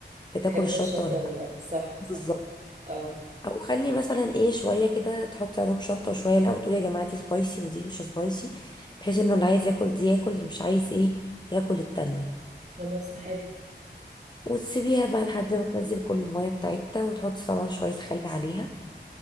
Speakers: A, on the left (about 25°); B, on the right (about 40°).
A: بتاكل
B: حب
A: الشطة
B: الشطه
A: ولا لا
B: ولا لا صح صح
A: بالظبط
B: اه
A: او خلي مثلا ايه شويه كده تحطي عليهم شطه وشويه لا وتقولي يا جماعه دي سبايسي ودي مش سبايسي بحيث انه اللي عايز ياكل دي ياكل اللي مش عايز ايه ياكل التانية
B: خلاص حلو
A: وتسيبيها بقى لحد ما تنزل كل الميه بتاعتها وتحطي طبعا شويه خل عليها